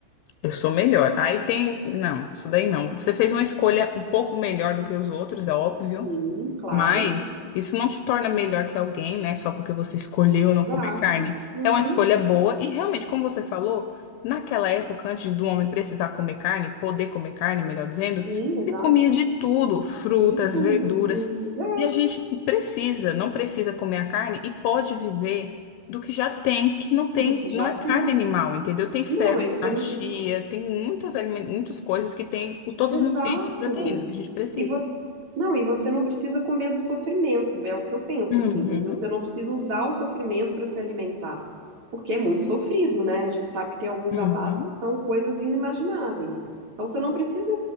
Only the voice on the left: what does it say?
eu sou melhor. Aí tem, não, isso daí não. Você fez uma escolha um pouco melhor do que os outros, é óbvio,
mas isso não te torna melhor que alguém, né? Só porque você escolheu
não comer carne.
É uma escolha boa e realmente, como você falou, naquela época, antes do homem precisar comer carne, poder comer carne, melhor dizendo,
ele comia de tudo, frutas,
verduras.
E a gente precisa, não precisa comer a carne e pode viver do que já tem, que não tem,
não é
carne animal, entendeu? Tem ferro,
chia, tem muitas, alime- muitas coisas que tem os- todos
os nutrientes e proteínas que a gente precisa.
Uhum.
Uhum,